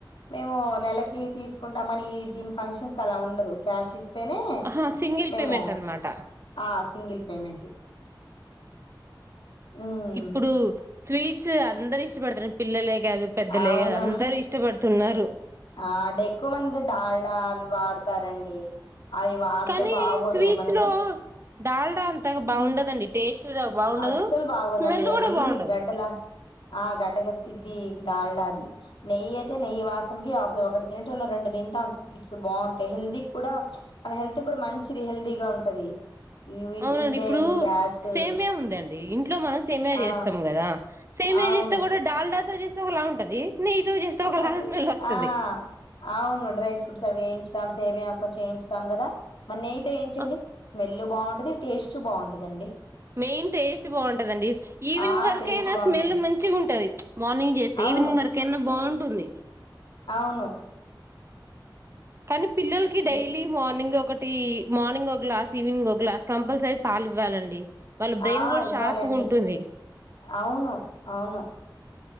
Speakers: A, on the left; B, on the right.
A: మేము నెలకి తీసుకుంటాం అని దీని ఫంక్షన్స్ కి అలా ఉండదు క్యాష్ ఇస్ త్తేనే
B: ఆహా సింగిల్
A: మేము
B: పేమెంట్ అనమాట
A: ఆ సింగిల్ పేమెంటు హ్మ్.
B: ఇప్పుడు స్వీట్సు అందరు ఇష్టపడతరని పిల్లలే గాదు పెద్దలే
A: అవును.
B: గా దు అందరూ ఇష్టపడుతున్నారు
A: ఆ డెక్కువ మంది డాల్డా అవి వాడతారండి అవి వాడితే
B: కానీ
A: బాగోదు
B: స్వీట్స్
A: మనకి
B: లో డాల్డా అంతగా బాగుండదండి
A: ఉ
B: టేస్ట్ బాగుండదు
A: అస్సలు బాగోదండి
B: స్మెల్
A: అది
B: కూడా బాగుండదు
A: గడ్డలా ఆ గడ్డ గట్టిద్ది డాల్డా అది నెయ్యి అయితే నెయ్యి వాస ఇంగి ఆ ఒకసారి ఒకటి తినోటల్లం రెండు తింటాం స్వీట్స్ బాగుంటాయి. హెల్తీ కూడా మన హెల్త్ కూడా మంచిది. హెల్దీ గా ఉంటది. ఇవి
B: అవునండి
A: తింటే
B: ఇప్పుడు
A: ఇగ గ్యాసు
B: సేమ్యా ఉందండి. ఇంట్లో మనం సేమ్యా
A: ఆ!
B: చేస్తాం కదా సేమ్యా
A: అవును.
B: చేస్తే కూడా డాల్డా తో చేస్తే ఒకలా ఉంటది. నెయ్యితో చేస్తే ఒకలాగా
A: అసి
B: స్మెల్ వస్తది
A: ఆ అవును డ్రై ఫ్రూట్స్ అవి వేయించుదాం సేమ్యా కొంచెం ఎయించ స్తాం కదా మరి నెయ్యితో ఏయించండి.
B: ఆ,
A: స్మెల్ బాగుంటది టేస్ట్ బాగుంటదండి.
B: మెయిన్ టేస్ట్ బాగుంటదండి ఈవినింగ్
A: ఆ!
B: వరకాకైనా
A: టేస్ట్ బావుంటది.
B: స్మెల్ మంచిగా ఉంటది. మార్నింగ్ చేస్తే
A: అవును.
B: ఈవినింగ్ వరకైనా బాగుంటుంది.
A: అవును
B: కానీ పిల్లలకి డైలీ
A: ది
B: మార్నింగ్ ఒ ఒకటి మార్నింగ్ ఓ గ్లాస్ ఈవినింగ్ ఒ గ్లాస్ కంపల్సరీ పాలు ఇవ్వాలండి. వాళ్ళ బ్రెయిన్
A: ఆ!
B: కూడా
A: ఇవ్వాలండి.
B: షార్ప్గా ఉంటుంది.
A: అవును అవును